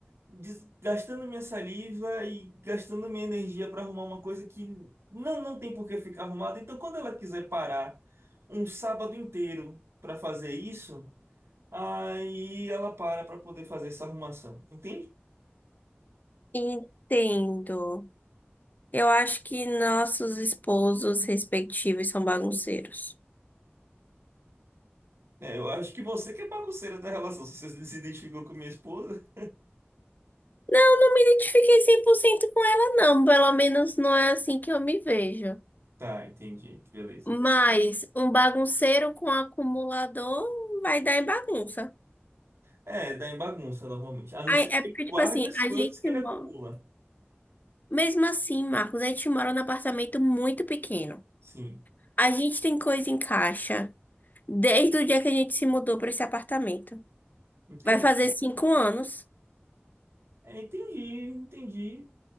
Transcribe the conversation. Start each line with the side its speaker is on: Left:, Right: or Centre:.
Right: des- gastando minha saliva e gastando minha energia para arrumar uma coisa que não, não tem por que ficar arrumada. Então, quando ela quiser parar um sábado inteiro para fazer isso, aí ela para para poder fazer essa arrumação. Entende?
Left: Entendo. Eu acho que nossos esposos respectivos são bagunceiros.
Right: É, eu acho que você que é bagunceira da relação, se você se identificou com minha esposa.
Left: Não, não me identifiquei 100% com ela, não. Pelo menos não é assim que eu me vejo.
Right: Tá, entendi, beleza.
Left: Mas um bagunceiro com acumulador vai dar em bagunça.
Right: É, dá em bagunça normalmente. A não
Left: Ai,
Right: ser
Left: É
Right: que
Left: porque,
Right: ele
Left: tipo
Right: guarde
Left: assim,
Right: as
Left: a
Right: coisas
Left: gente
Right: que ele
Left: mora.
Right: acumula.
Left: Mesmo assim, Marcos, a gente mora num apartamento muito pequeno.
Right: Sim,
Left: A gente tem coisa em caixa desde o dia que a gente se mudou para esse apartamento.
Right: entendi.
Left: Vai fazer cinco anos.
Right: É, entendi, entendi.